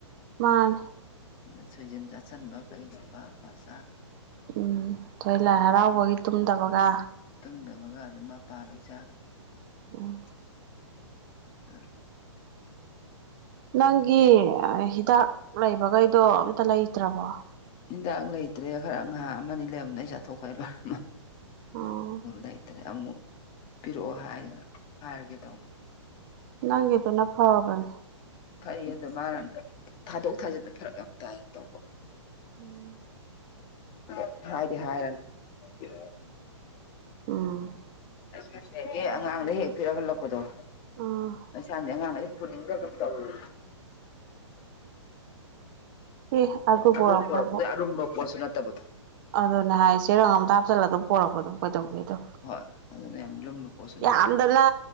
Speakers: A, on the right (about 40°); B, on the left (about 30°).
A: ꯃꯥꯥꯟꯅꯦ
B: ꯑꯗ ꯁꯣꯏꯖꯤꯟ ꯆꯥꯁꯤꯟꯕ ꯀꯩ ꯃꯄꯥ ꯑꯄꯥ ꯆꯥꯡ
A: ꯎꯝ ꯑꯩꯈꯣꯏ ꯂꯥꯏ ꯍꯔꯥꯎꯕꯒꯤ ꯇꯨꯝꯗꯕꯒ
B: ꯇꯨꯝꯗꯕꯒ ꯑꯗꯨꯝ ꯃꯄꯥ ꯂꯣꯏ ꯆꯥꯈꯤꯕ
A: ꯎꯝ
B: <inaudible>
A: ꯅꯪꯒꯤ ꯍꯤꯗꯥꯛ ꯂꯩꯕꯒꯩꯗꯣ ꯑꯝꯇ ꯂꯩꯇ꯭ꯔꯕꯣ
B: ꯍꯤꯟꯗꯥꯡ ꯂꯩꯇ꯭ꯔꯦ ꯈꯔ ꯉꯍꯥ ꯑꯃꯅꯤ ꯂꯩꯔꯝꯗ ꯑꯩ ꯆꯥꯊꯣꯛꯈ꯭ꯔꯦ ꯂꯣꯏꯃꯛ
A: ꯎꯝ
B: ꯂꯩꯇ꯭ꯔꯦ ꯑꯃꯨꯛ ꯄꯤꯔꯛꯑꯣ ꯍꯥꯏꯒ ꯍꯥꯏꯔꯒꯦ ꯇꯧ
A: ꯅꯪꯒꯤ ꯗꯨꯅ ꯐꯥꯕꯟ
B: ꯐꯩ ꯑꯗ ꯃꯥꯅ ꯊꯥꯗꯣꯛ ꯊꯥꯖꯤꯟꯕ ꯐꯔꯛ ꯌꯥꯝ ꯇꯥꯏꯌꯦ ꯇꯧꯕ
A: ꯎꯝ
B: ꯑꯗꯣ ꯍꯥꯏꯗꯤ ꯍꯥꯏꯔ ꯄꯤꯔꯣꯅ
A: ꯎꯝ
B: <unintelligible> ꯑꯉꯥꯡꯗ ꯍꯦꯛ ꯄꯤꯔꯛ ꯍꯜꯂꯛꯄꯗꯣ
A: ꯎꯝ
B: <unintelligible> ꯑꯉꯥꯡꯒꯁꯤ ꯄꯨꯅꯤꯡꯗꯒꯨꯟ ꯇꯧꯔꯤ
A: ꯑꯦ
B: ꯑꯗꯨ
A: ꯄꯣꯔꯛꯄꯕꯨ
B: ꯄꯣꯔꯛꯄꯗ ꯑꯔꯨꯝꯕ ꯄꯣꯠꯁꯨ ꯅꯠꯇꯕꯗꯣ
A: ꯑꯗꯨꯅꯦ ꯍꯥꯏ ꯆꯦꯔꯪ ꯑꯝꯇ ꯍꯥꯞꯆꯜꯂ ꯑꯗꯨꯝ ꯄꯣꯔꯛꯄ ꯑꯗꯨꯝ ꯀꯩꯗꯧꯒꯦꯗꯣ
B: ꯍꯣꯏ ꯑꯗꯨꯅ ꯌꯥꯝ ꯂꯨꯝꯕ ꯄꯣꯠꯁꯨ
A: ꯌꯥꯝꯗꯅ
B: ꯅꯠꯇꯕ